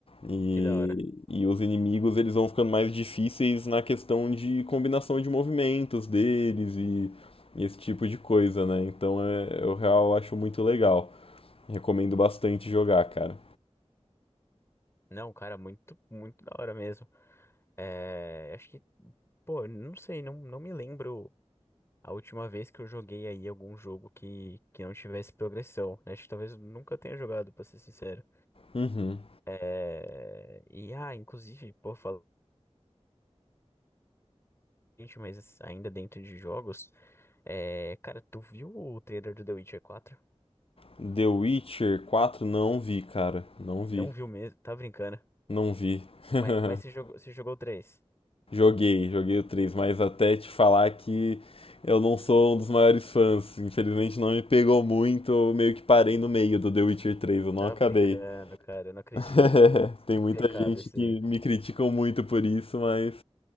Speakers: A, on the left; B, on the left.
A: E,
B: que da hora.
A: e os inimigos, eles vão ficando mais difíceis na questão de combinação de movimentos deles e, e esse tipo de coisa, né? Então, é, eu real acho muito legal. Recomendo bastante jogar, cara.
B: Não, cara, muito, muito da hora mesmo. É, acho que, pô, não sei, não, não me lembro. A última vez que eu joguei aí algum jogo que, que não tivesse progressão, né? Acho que talvez eu nunca tenha jogado, pra ser sincero.
A: Uhum.
B: É... E, ah, inclusive, pô, falando, gente, mas ainda dentro de jogos, é... cara, tu viu o trailer do The Witcher 4?
A: The Witcher 4 não vi, cara. Não vi.
B: Não viu mesmo, tá brincando.
A: Não vi. <laughs>
B: Mas, mas você jogou, você jogou o 3?
A: Joguei, joguei o três mas até te falar que eu não sou um dos maiores fãs. Infelizmente não me pegou muito, eu meio que parei no meio do The Witcher três eu não
B: Tá
A: acabei.
B: brincando, cara, eu não acredito.
A: <laughs> Tem
B: Que
A: muita
B: pecado
A: gente
B: esse
A: que
B: aí.
A: me criticam muito por isso, mas